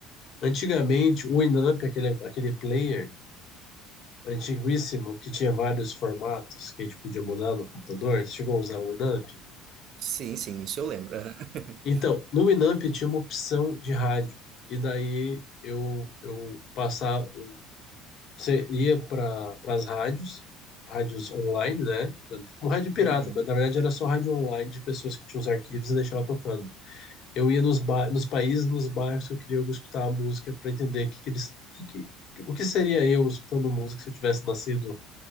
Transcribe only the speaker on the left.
Antigamente, o Winamp, aquele, aquele player, antiguíssimo, que tinha vários formatos que a gente podia mudar no computador. Você chegou a usar o Winamp?
Então, no Winamp tinha uma opção de rádio. E daí eu, eu passava, eu, você ia para as rádios, rádios online, né? Tipo um rádio pirata,
mas na verdade era só rádio online de pessoas que tinham os arquivos e deixava tocando. Eu ia nos, ba nos países, nos bairros que eu queria escutar a música para entender que que eles, que, que, o que seria eu escutando música se eu tivesse nascido